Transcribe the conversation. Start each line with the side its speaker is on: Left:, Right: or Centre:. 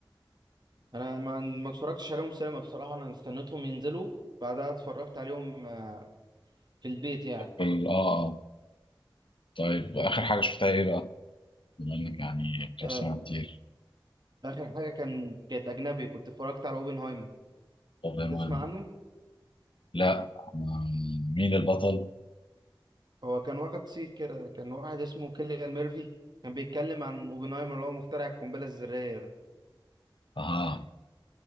Right: انا ما ما اتفرجتش عليهم سينما بصراحه انا استنيتهم ينزلوا بعدها اتفرجت عليهم آه، في البيت يعني
Left: اه اه طيب اخر حاجه شفتها ايه بقى بما انك يعني بتروح
Right: آه،
Left: سينما كتير
Right: اخر حاجه كان كانت اجنبي كنت اتفرجت على اوبنهايمر
Left: طب يا مان
Right: تسمع عنه
Left: لا ما- مين البطل
Right: هو كان واخد صيت كده كان واحد اسمه كيليان ميرفي كان بيتكلم عن اوبنهايمر اللي هو مخترع القنبله الذريه ده
Left: اه